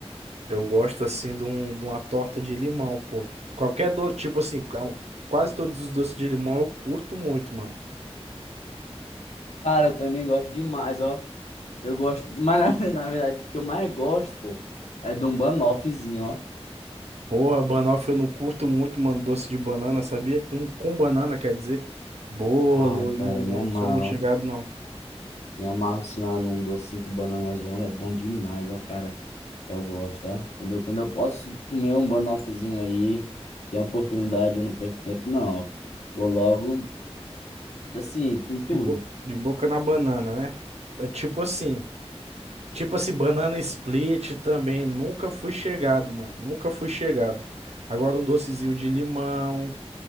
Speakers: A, on the right (about 75°); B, on the left (about 80°).
A: Eu gosto assim de, um, de uma torta de limão, pô. Qualquer doce, tipo assim, ca- quase todos os doces de limão eu curto muito, mano.
B: Cara, eu também gosto demais, ó. Eu gosto, <laughs> mas na ve- na verdade, o que eu mais gosto, pô, é de um banoffzinho, ó.
A: Porra, banoffee eu não curto muito, mano, doce de banana, sabia? Com, com banana, quer dizer, bolo,
B: Ah, cara,
A: não, não
B: me amarro,
A: sou muito chegado,
B: ó.
A: não.
B: Me amarro, se lá num docinho com banana zona, é bom demais, ó, cara. Eu gosto, ó. Quando eu, quando eu posso comer um banoffzinho aí, tem oportunidade, eu não perco tempo, não. ó. Vou logo, assim, com tudo.
A: De, bo- de boca na banana, né? É tipo assim, tipo assim, banana split também, nunca fui chegado, mano, nunca fui chegado. Agora um docezinho de limão.